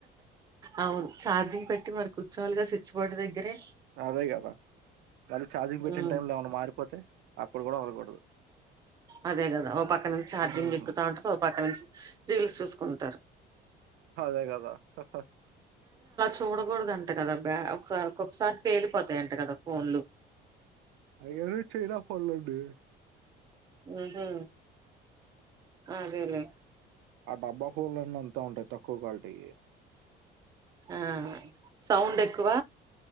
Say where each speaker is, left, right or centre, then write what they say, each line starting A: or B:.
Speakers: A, on the right; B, on the right.
A: అవును ఛార్జింగ్ పెట్టి మరి కూర్చోవాలిగా స్విచ్ బోర్డ్ దగ్గరే
B: అదే కదా మళ్ళీ ఛార్జింగ్ పెట్టిన
A: ఉమ్
B: టైమ్ లో ఏమన్నా మారిపోతే అప్పుడు కూడా వదలకూడదు
A: అదే కదా ఓ పక్క నుంచి ఛార్జింగ్
B: ఉమ్
A: ఎక్కుతా ఉంటుంది ఓ పక్క నుంచి రీల్స్ చూసుకుంటారు.
B: అదే కదా హ హ
A: చూడగూడదన్ కదా బా ఒకసారి ఒకొకసారి పేలి పోతాయంట కదా ఫోన్లు
B: అయ్యావో చైనా పోన్లండి
A: అదే అదేలే
B: ఆ డబ్బా ఫోన్లన్నీ అంతే ఉంటాయి తక్కువ క్వాలిటీ
A: ఆ సౌండ్ ఎక్కువ